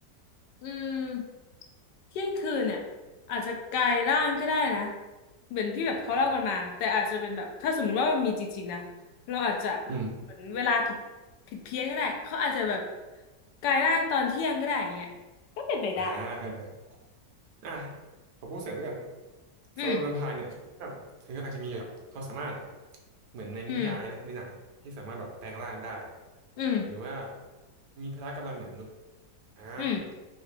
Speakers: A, on the left (about 80°); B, on the right (about 70°).
A: อืมเที่ยงคืนเนี่ยอาจจะกลายร่างก็ได้นะเหมือนที่แบบเขาเล่ากันมาแต่อาจจะเป็นแบบถ้าสมมติว่ามันมีจริงๆนะ
B: อ่า
A: เราอาจจะ
B: อืม
A: เหมือนเวลาผิดผิดเพี้ยนก็ได้เขาอาจจะแบบกลายร่างตอนเที่ยงก็ได้อย่างเงี้ยก็เป็นไปได้
B: อ่า อ่ะขอพูดเสริมแล้วกันโซโลแวมไพร์เนี่ยคิดว่าเธออาจจะมีแบบเขามสามารถ
A: อืม
B: เหมือนในนิยายเนาะในหนังที่สามารถแบบแปลงร่างได้
A: อืมอืม
B: หรือว่ามีพละกำลังเหนือมนุษย์อ่า
A: อืม